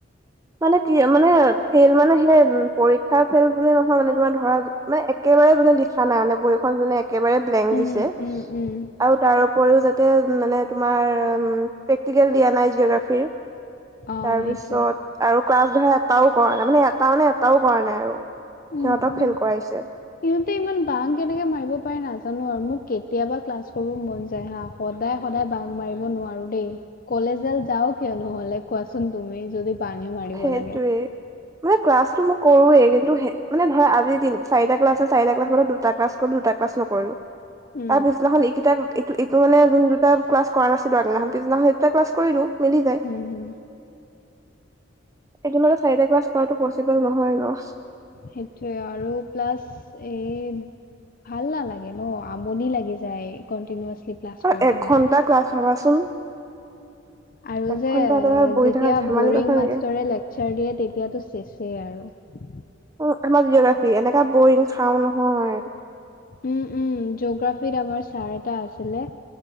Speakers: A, on the right; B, on the left.
A: মানে কি মানে ফেইল মানে সেই পৰীক্ষা ফেইল বুলি নহয় মানে তোমাৰ ধৰা মানে একেবাৰে কোনে লিখা নাই মানে বৈখন যোনে একেবাৰে ব্লেংক
B: উম,
A: দিছে
B: উম, উম।
A: আৰু তাৰ উপও যাতে মানে তোমাৰ প্ৰেক্টিকেল দিয়া নাই জিঅগ্ৰাফিৰ
B: অ'
A: তাৰ পিছত
B: সেইটোৱে।
A: আৰু ক্লাছ ধৰা এটাও কৰা নাই মানে এ তাৰ মানে এটাও কৰা নাই আৰু
B: উম,
A: সিহঁতক
B: উম।
A: ফেল কৰাইছে।
B: সিহঁতে ইমান বাং কেনেকে মাৰিব পাৰে নাজানো আৰু মোক কেতিয়াবা ক্লাছ কৰিব মন যায় হা সদায় সদায় বাঘ মাৰিব নোৱাৰোঁ দেই। কলেজাল যাও কিয় নহলে কোৱাচোন তুমি যদি বাঙে মাৰিব
A: সেইটোৱেই।
B: লাগে।
A: মানে ক্লাছটো মই কৰোৱে কিন্তু মানে ধৰা আজিৰ দিন চাৰিটা ক্লাছছে চাৰিটা ক্লাছ মানে দুটা ক্লাছ কৰো দুটা ক্লাছ নকৰো
B: উম।
A: তাৰ পিছদিনাখন এইকেইটা এইটো মানে যোন দুটা ক্লাছ কৰা নাছিলো আগদিনা্ তিদিনা সেই দুটা ক্লাছ কৰি দিওঁ মিলি যায়।
B: উম, হুম।
A: এদমতে চাৰিটা ক্লাছ কৰা পচিবল নহয় ন।
B: সেইটোৱে আৰু প্লাছ এই ভাল নালাগে ন আমনি লাগি যায়। কণ্টিনালি ক্লাছ
A: অ'
B: কৰি
A: এক
B: থাকিলে।
A: ঘন্টা ক্লাছ ভাবাচোন।
B: আৰু
A: এঘন্টা
B: যে
A: এটা জেগাত বহি
B: যেতিয়া
A: থকা ধেমালি
B: বৰিং
A: কথা
B: মাষ্টৰে
A: নেকি
B: লেকচাৰ দিয়ে তেতিয়াাতটো চেছে আৰু। অ'
A: উ আমাৰ জিঅগ্ৰাফি এনেককা বৰিং খাও নহয়।
B: উম, উম, জিঅগ্ৰাফীত আমাৰ ছাৰ এটা আছিলে